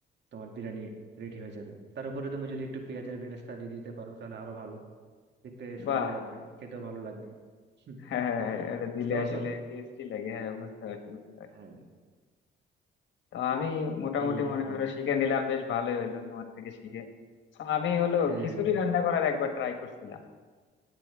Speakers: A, on the right; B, on the left.
A: তোমার বিরিয়ানি রেডি হয়ে যাবে তার উপরে তুমি যদি একটু পেঁয়াজের বেরেস্তা দিয়ে দিতে পারো তাহলে আরো ভালো দেখতে সুন্দর
B: বাহ
A: লাগবে খেতেও ভালো লাগবে হুম,
B: <laughs> হ্যাঁ হ্যাঁ, হ্যাঁ, এটা
A: বুঝতে
B: দিলে
A: পারছো
B: আসলে টেস্টি লাগে হ্যাঁ বুঝতে পারছি বুঝতে পারছি
A: হ্যাঁ
B: তো আমি মোটামুটি
A: এই আর
B: মনে
A: কি
B: করো শিখে নিলাম বেশ ভালোই হলো তোমার থেকে শিখে তো আমি হলো
A: হ্যাঁ
B: খিচুড়ি রান্না করার একবার ট্রাই করছিলাম